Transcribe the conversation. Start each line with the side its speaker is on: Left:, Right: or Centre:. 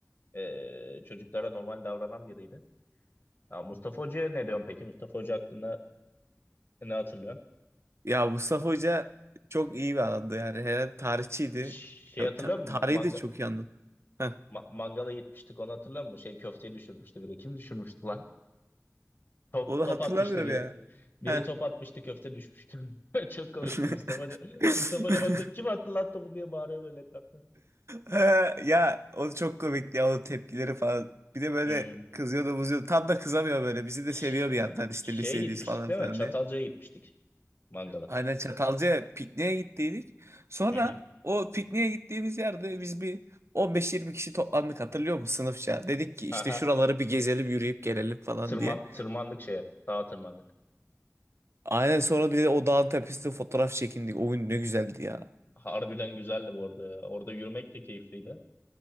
Left: Ee, çocuklara normal davranan biriydi. Ha, Mustafa Hoca'ya ne diyorsun peki? Mustafa Hoca hakkında ne hatırlıyorsun?
Right: Ya Mustafa Hoca çok iyi bir adamdı yani. Herhalde tarihçiydi.
Left: Ş- Şey
Right: Ya
Left: hatırlıyor
Right: ta- tarihi
Left: musun? Ma- Manga,
Right: de çok iyi anlatıyor. Heh.
Left: ma- mangala gitmiştik onu hatırlıyor musun? Şey köfteyi düşürmüştü biri. Kim düşürmüştü lan? Top,
Right: Onu
Left: top
Right: hatırlamıyorum
Left: atmıştı biri.
Right: ya.
Left: Biri
Right: Heh.
Left: top atmıştı köfte düşmüştü. <laughs> Çok komikti
Right: <laughs>
Left: Mustafa Hoca. Mustafa Hoca baktı kim attı lan topu diye bağırıyor böyle etrafta.
Right: Ha, Ya o çok komikti ya o tepkileri falan. Bir de böyle
Left: Hmm.
Right: kızıyordu buzuyordu. Tam da kızamıyor böyle. Bizi de
Left: Ş-
Right: seviyor bir yandan işte
Left: şeye
Right: lisedeyiz
Left: gitmiştik
Right: falan
Left: değil
Right: filan
Left: mi? Çatalca'ya gitmiştik mangala.
Right: Aynen Çatalca'ya pikniğe gittiydik. Sonra
Left: Hı hı.
Right: o pikniğe gittiğimiz yerde biz bir 15-20 kişi toplandık hatırlıyor musun sınıfça? Dedik ki
Left: Aha.
Right: işte şuraları bir gezelim yürüyüp gelelim falan
Left: Tırman,
Right: diye.
Left: tırmandık şeye. Dağa tırmandık.
Right: Aynen sonra bir de o dağın tepesinde fotoğraf çekindik. O gün ne güzeldi ya.
Left: Harbiden güzeldi bu arada. ya. Orada yürümek de keyifliydi.